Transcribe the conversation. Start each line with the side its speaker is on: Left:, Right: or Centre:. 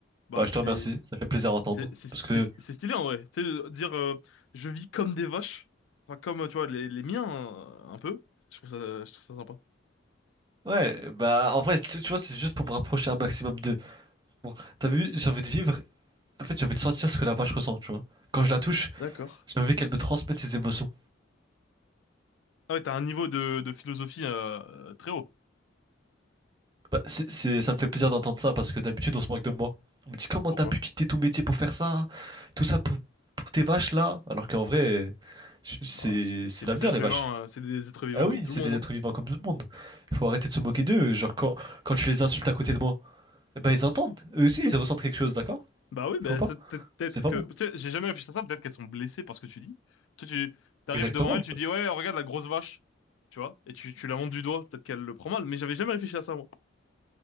Left: Bah,
Right: Bah, je
Left: c'est,
Right: te remercie, ça fait plaisir à entendre.
Left: c'est, c'est,
Right: Parce que,
Left: c'est c'est stylé en vrai. Tu sais, euh, dire, euh, je vis comme des vaches. Enfin, comme, euh, tu vois, les, les miens, euh, un peu. Je trouve ça, je trouve ça sympa.
Right: ouais, bah, en vrai, tu, tu vois, c'est juste pour me rapprocher un maximum de... Bon, t'as vu, j'ai envie de vivre En fait, j'ai envie de sentir ce que la vache ressent, tu vois. Quand je la touche,
Left: D'accord.
Right: j'ai envie qu'elle me transmette ses émotions.
Left: Ah ouais, t'as un niveau de, de philosophie, euh, euh, très haut.
Right: Bah, c'est, c'est- ça me fait plaisir d'entendre ça parce que d'habitude, on se moque de moi. On me dit comment
Left: Pourquoi?
Right: t'as pu quitter ton métier pour faire ça, tout ça pour, pour tes vaches là, alors qu'en vrai, je- c'est,
Left: Bah, c'est
Right: c'est
Left: c'est des
Right: l'avenir,
Left: êtres
Right: les vaches.
Left: humains, euh, c'est des êtres vivants
Right: Ah oui,
Left: comme tout
Right: c'est
Left: le monde,
Right: des
Left: hein.
Right: êtres vivants comme tout le monde. Il faut arrêter de se moquer d'eux. Genre, quand, quand tu les insultes à côté de moi, eh ben ils entendent. Eux aussi, ils ressentent quelque chose, d'accord?
Left: Bah oui, bah,
Right: Faut pas.
Left: peut- peut- peut-être
Right: C'est pas
Left: que...
Right: bon.
Left: Tu sais, j'ai jamais réfléchi à ça, peut-être qu'elles sont blessées par ce que tu dis. Toi, tu t'arrives
Right: Exactement.
Left: devant elle, tu dis, ouais, regarde la grosse vache, tu vois, et tu, tu la montres du doigt, peut-être qu'elle le prend mal, mais j'avais jamais réfléchi à ça, moi.